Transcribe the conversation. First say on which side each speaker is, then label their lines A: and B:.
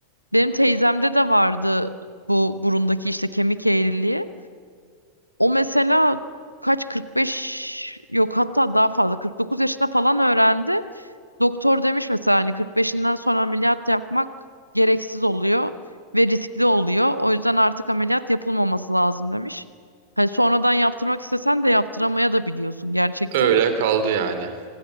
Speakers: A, on the right; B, on the right.
A: benim teyzemde de vardı bu burundaki işte kemik eğriliği. O mesela kaç 45 yok hatta daha fazla 49 yaşında falan öğrendi. Doktor demiş mesela hani 45'inden sonra ameliyat yapmak gereksiz oluyor ve riskli oluyor. O yüzden artık ameliyat yapılmaması lazım demiş. Hani sonradan yaptırmak istesen de yaptıramaya da biliyorsun gerçekten.
B: Öyle kaldı yani.